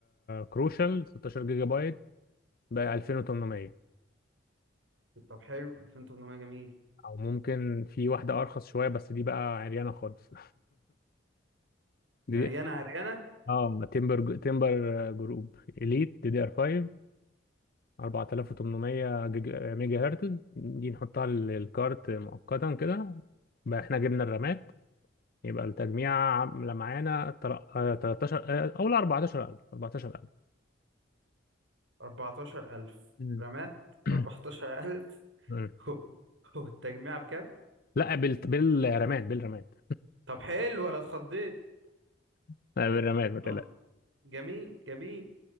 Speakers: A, on the left (about 55°); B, on the right (about 80°).
A: كروشال 16 جيجا بايت ب 2800
B: طب حلو 2800 جميل
A: او ممكن في واحده ارخص شويه بس دي بقى عريانه خالص <laughs> دي
B: عريانة عريانة
A: اه تمبر تمبر جروب اليت دي دي ار 5 4800 جيج- ميجا هرتز دي نحطها للكارت مؤقتا كده بقى احنا جبنا الرامات يبقى التجميع عامله معانا تر- آه، 13 آه، او لا 14000 14000
B: 14000
A: مم.
B: رامات
A: <clears throat>
B: 14000
A: مم.
B: <laughs> هو هو التجميع بكام
A: لا بال... بالرامات بالرامات
B: طب حلو انا اتخضيت
A: <laughs> لا بالرامات ما تقلقش
B: أهو، جميل جميل